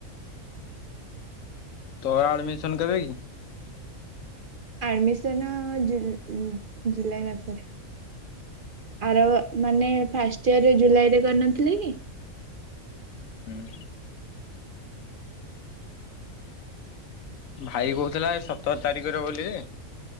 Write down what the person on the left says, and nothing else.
ତୋ ଆଡ଼ମିସନ କେବେ କି?
ହୁଁ। ଭାଇ କହୁଥିଲା ସତର ତାରିଖରେ ବୋଲି